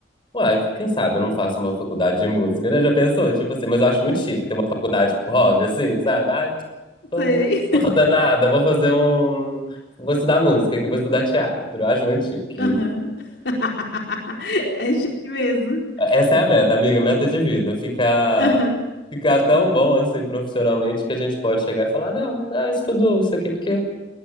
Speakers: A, on the left; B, on the left.
A: Uai, quem sabe eu não faço uma faculdade de música, né? Já pensou? Tipo assim, mas eu acho muito chique ter uma faculdade por hobby, assim, sabe? Ah, tô
B: Sei.
A: fazendo nada, vou fazer um. Vou estudar música aqui, vou estudar teatro. Eu acho muito chique.
B: Aham. <laughs> É chique mesmo.
A: Essa é a meta, amiga, meta de vida. Ficar,
B: Aham.
A: ficar tão bom assim profissionalmente que a gente pode chegar e falar, não, ah, isso isso aqui porque